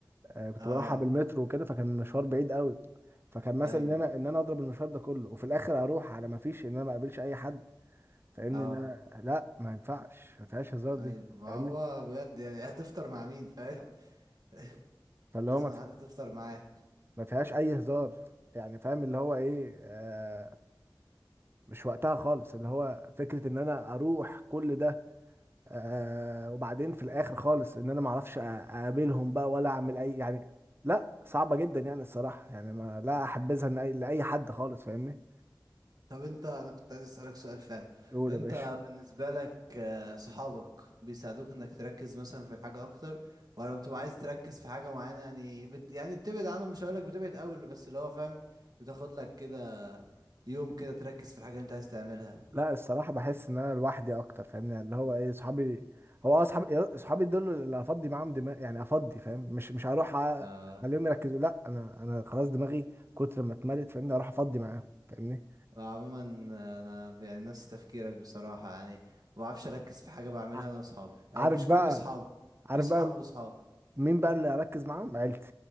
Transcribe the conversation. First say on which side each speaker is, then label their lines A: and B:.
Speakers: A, on the right; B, on the right.
A: آه، كنت
B: اه
A: بروحها بالمترو وكده فكان المشوار بعيد قوي فكان مثلا
B: ايوه
A: ان انا ان انا اضرب المشوار ده كله وفي الاخر اروح على ما فيش ان انا ما اقابلش اي حد فاهمني
B: اه
A: ان انا لا ما ينفعش ما فيهاش هزار دي
B: ايوه ما
A: فاهمني
B: هو بجد يعني هتفطر مع مين فاهم <laughs>
A: فاللي
B: لازم
A: هو ما, في...
B: حد تفطر معاه
A: ما فيهاش اي هزار يعني فاهم اللي هو ايه آه مش وقتها خالص اللي هو فكره ان انا اروح كل ده آه وبعدين في الاخر خالص ان انا ما اعرفش أ- اقابلهم بقى ولا اعمل اي يعني لا صعبة جدا يعني الصراحة يعني ما لا احبذها إن أي- لاي حد خالص فاهمني
B: طب انت انا كنت عايز اسالك سؤال فعلا
A: يقول
B: انت
A: يا باشا
B: بالنسبه لك آه، صحابك بيساعدوك انك تركز مثلا في حاجه اكتر ولا بتبقى عايز تركز في حاجه معينه يعني بت... يعني بتبعد عنهم مش هقولك بتبعد قوي اللي- بس اللي هو فاهم بتاخد لك كده يوم كده تركز في الحاجه اللي انت عايز تعملها
A: لا الصراحة بحس ان انا لوحدي اكتر فاهمني يعني اللي هو ايه صحابي هو اه صحابي صحابي دول اللي افضي معاهم دماغ يعني افضي فاهم مش مش هروح أ-
B: آه
A: اخليهم يركزوا لا انا انا خلاص دماغي كتر ما اتملت فاهمني اروح افضي معاهم فاهمني
B: وعموما آه، انا يعني نفس تفكيرك بصراحه يعني ما بعرفش اركز في حاجه بعملها
A: ع-
B: انا واصحابي او
A: عارف
B: مش
A: بقى
B: كل اصحابي
A: عارف
B: في صحاب
A: بقى
B: وصحاب
A: مين بقى اللي اركز معاهم عيلتي